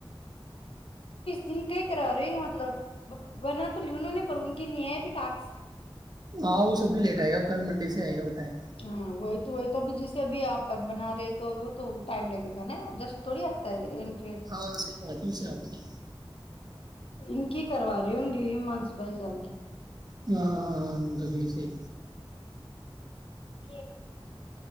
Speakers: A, on the left (about 75°); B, on the right (about 45°).
A: دن کیا کرا رہے ہیں مطلب بنا تو لونو نے پر ان کی نہیں ہے بھی ٹاس
B: ہاں وہ سب کے لیٹ آئے گا کل منڈی سے آئے گا بتائیں
A: ہاں وہئی تو تو اب جیسے اب آپ بنا رہے تو وہ تو ٹائم لگے گا ناب جسٹ تھوڑی آتا ہے کے
B: ہاں صحی بات ہے ویسے آپ کی
A: ان کی کروا رہی ہوں گی مانس بھائی جان کی
B: ہاں ہاں ہاں وہ تو سحی صحی
A: جی ج